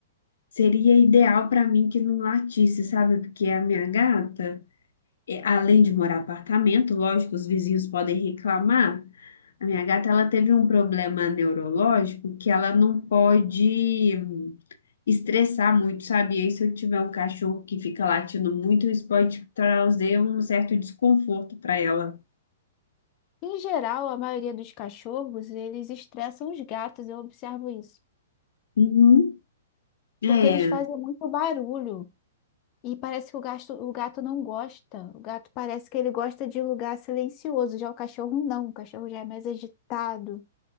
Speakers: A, on the left; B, on the left.
A: seria ideal para mim que não latisse, sabe? Porque a minha gata, é, além de morar em apartamento, lógico, os vizinhos podem reclamar. A minha gata, ela teve um problema neurológico que ela não pode. estressar muito, sabe? E aí, se eu tiver um cachorro que fica latindo muito, isso pode trazer um certo desconforto para ela.
B: Em geral, a maioria dos cachorros, eles estressam os gatos, eu observo isso.
A: Uhum. É,
B: Porque eles fazem muito barulho. E parece que o gato, o gato não gosta. O gato parece que ele gosta de lugar silencioso. Já o cachorro não. O cachorro já é mais agitado.